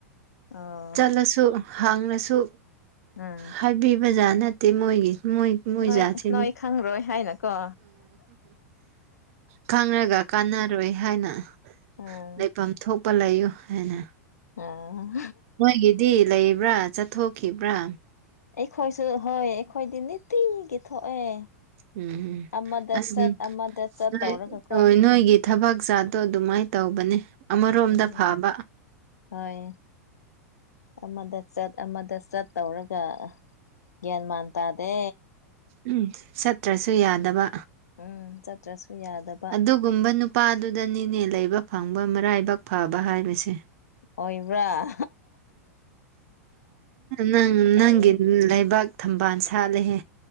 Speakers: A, on the left (about 85°); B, on the right (about 60°).
A: ꯑꯣ
B: ꯆꯠꯂꯁꯨ ꯍꯡꯔꯁꯨ
A: ꯎꯝ
B: ꯍꯥꯏꯕꯤꯕꯖꯥꯠ ꯅꯠꯇꯦ ꯃꯣꯏꯒꯤ ꯃꯣꯏ ꯃꯣꯏꯖꯥꯠꯁꯦꯅꯨꯞ
A: ꯅꯣꯏ ꯅꯣꯏ ꯈꯪꯔꯣꯏ ꯍꯥꯏꯅꯀꯣ
B: ꯈꯪꯔꯒ ꯀꯥꯟꯅꯔꯣꯏ ꯍꯥꯏꯅ
A: ꯎꯝ
B: ꯂꯩꯐꯝ ꯊꯣꯛꯄ ꯂꯩꯌꯨ ꯍꯥꯏꯅ
A: ꯑꯣ
B: ꯃꯣꯏꯒꯤꯗꯤ ꯂꯩꯕ꯭ꯔꯥ ꯆꯠꯊꯣꯛꯈꯤꯕ꯭ꯔꯥ
A: ꯑꯩꯈꯣꯏꯁꯨ ꯍꯣꯏ ꯑꯩꯈꯣꯏꯗꯤ ꯅꯤꯇꯤꯒꯤ ꯊꯣꯛꯑꯦ
B: ꯎꯝ
A: ꯑꯃꯗ
B: ꯑꯁ
A: ꯆꯠ ꯑꯃꯗ ꯆꯠ ꯇꯧꯔꯒꯀꯣ
B: ꯅꯣꯏ ꯑꯥ ꯅꯣꯏꯒꯤ ꯊꯕꯛ ꯆꯥꯠꯗꯣ ꯑꯗꯨꯃꯥꯏ ꯇꯧꯕꯅꯦ ꯑꯃꯔꯣꯝꯗ
A: <unintelligible>
B: ꯐꯕ
A: ꯍꯣꯏ ꯑꯃꯗ ꯆꯠ ꯑꯃꯗ ꯆꯠ ꯇꯧꯔꯒ ꯒ꯭ꯌꯥꯟꯃꯥꯟ ꯇꯥꯗꯦ
B: ꯎꯝ ꯆꯠꯇ꯭ꯔꯁꯨ ꯌꯥꯗꯕ
A: ꯎꯝ ꯆꯠꯇ꯭ꯔꯁꯨ ꯌꯥꯗꯕ
B: ꯑꯗꯨꯒꯨꯝꯕ ꯅꯨꯄꯥꯗꯨꯗꯅꯤꯅꯦ ꯂꯩꯕ ꯐꯪꯕ ꯃꯔꯥꯏꯕꯛ ꯐꯕ ꯍꯥꯏꯕꯁꯦ
A: ꯑꯣꯏꯕ꯭ꯔꯥ
B: ꯅꯪ
A: ꯐꯩ
B: ꯅꯪꯒꯤ ꯂꯩꯕꯥꯛ ꯊꯝꯕꯥꯟ ꯁꯥꯠꯂꯦꯍꯦ